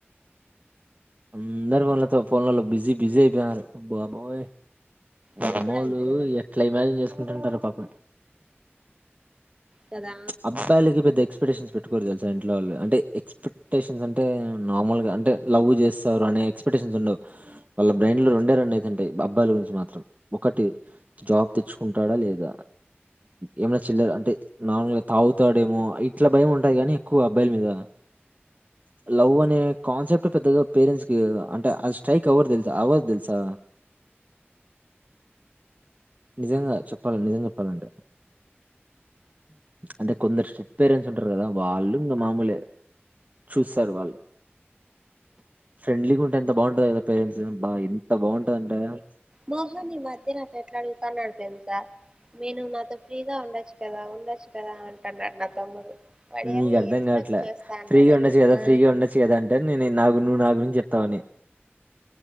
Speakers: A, on the right; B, on the right.
A: అందరు ఫోన్ల ఫోన్లలో బిజీ బిజిబ అయిపోయినారు బాబోయ్
B: నువ్వు
A: మామోలు
B: కూడా అంతే కదా
A: ఎట్లా ఇమాజిన్ చేసుకు ఉంటారు పాప
B: కదా
A: అబ్బాయిలకి పెద్ద ఎక్స్పెక్టేషన్స్ పెట్ట తెలుా ఇంట్లో వాళ్ళు అంట ఎస్పెక్టేషన్స్ అంటే నార్మల్గా అంటే లవ్ చేస్తే అనే ఎక్స్పెక్టేషన్స్ ఉండవు వాళ్ళ బ్రైండ్ లో రెండే రన్ అవుతుంటాయి అబ్బాయిల గురించి మాత్రం ఒకటి జాబ్ తెచ్చుకుంటాడా లేదా ఏమనా చిల్ల అంటే నార్మల్ గా తాగుతాడేమో ఇట్లా భయం ఉంటాది కానీ ఎక్కువ అబ్బాయిల మీద లవ్ అనే కాన్సెప్ట్ పెద్దగా పేరెంట్స్ క అంటే అది స్ట్రైక్ ఎవర్ తెలుసా అవర్ తెలుసా నిజంగా చెప్పాల నిజంగా చెప్పాలంటే అంటే కొందరు స్టెట్ పేరెంట్స్ ఉంటారు కదా వాళ్ళు ఇంకా మామూలు చూస్తారు వాళ్ళు ఫ్రెండ్లీగా ఉంటే ఎంత బాగుంటది కదా పేరెంట్స్ బా ఎంత బాగుంటదింటే
B: మోహని ఈ మాధ్య నన్ను ఎట్లాడుతున్నారు తెలుసా నేను నాతో ఫ్రీగా ఉండొచ్చు కదా ఉండొచ్చు కదా అంటున్నాడు నా తమ్ముడు వాడేమో
A: నీకు అర్థం
B: ఎక్స్పెక్ట్
A: కావట్లే
B: చేస్తా అన్నాడు
A: ఫ్రీగా ఉండొచ్చు కదా
B: ఆ
A: ఫ్రీగా ఉండచ్చు కదా అంటే నేను నాకు నువ్వు నా గురించి చెప్తామని